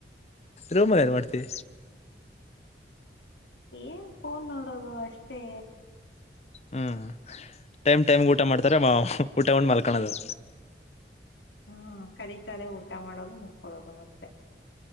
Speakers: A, on the left; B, on the left.
A: ರೂಮಲ್ ಏನ್ ಮಾಡ್ತೀವಿ
B: ಏನ್ ಫೋನ್ ನೋಡೋದು ಅಷ್ಟೇ
A: ಹ್ಮ್ ಟೈಮ್ ಟೈಮ್ ಊಟ ಮಾಡ್ತಾರೆ ಊಟಗೊಂಡ್ ಮಲ್ಕಳದು
B: ಹ್ಮ ಕರೀತಾರೆ ಊಟ ಮಾಡೋದು ಮುಕ್ಕಳೋದು ಮತ್ತೆ